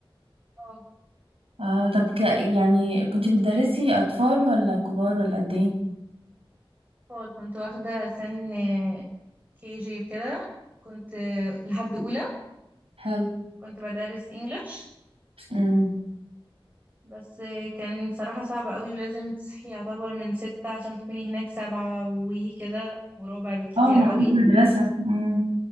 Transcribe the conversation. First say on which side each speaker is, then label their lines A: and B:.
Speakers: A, on the right; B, on the right.
A: اه
B: اه طب ك... يعني كنتي بتدرسي اطفال ولا كبار ولا قد ايه
A: اطفال كنت واخده سن كي جي وكده كنت آه، لحد اولى
B: حلو
A: كنت بدرس انجلش
B: امم
A: بس كان صراحة صعب قوي ولازم تصحي يعتبر من ستة عشان تكوني هناك سبعة وكده وربع بالكتير
B: اه ما
A: قوي
B: عنديش مدرسة امم